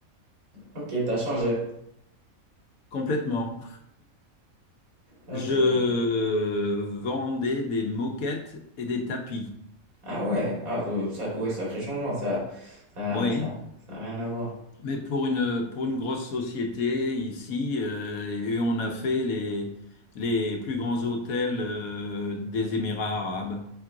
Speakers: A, on the right (about 90°); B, on the left (about 90°).
A: Ok, t'as changé.
B: complètement.
A: Ok.
B: Je
A: je-
B: vendais des moquettes et des tapis.
A: Ah ouais, ah, euh, ça, oui, sacré changement, ça, ça,
B: Oui,
A: ça, ça a rien à voir.
B: mais pour une, pour une grosse société ici, euh, et on a fait les, les plus grands hôtels euh, des Émirats arabes,